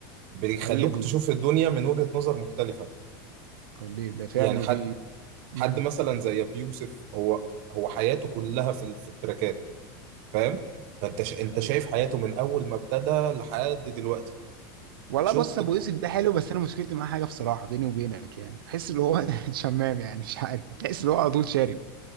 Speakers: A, on the right (about 45°); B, on the right (about 85°).
A: بيخلوك
B: حقيقه بي
A: تشوف الدنيا من وجهة نظر مختلفة
B: ده ده فعلا
A: يعني حد
B: وبي مم.
A: حد مثلا زي ابي يوسف هو هو حياته كلها في ال- في التراكات فاهم فانت ش... انت
B: أيوه.
A: شايف حياته من اول ما ابتدى لحد دلوقتي
B: والله
A: شفت
B: بص ابو
A: كل-
B: يوسف ده حلو بس انا مشكلتي معاه حاجه بصراحه بيني وبينك يعني بحس ان هو <laughs> شمام يعني مش عارف بحس ان هو على طول شارب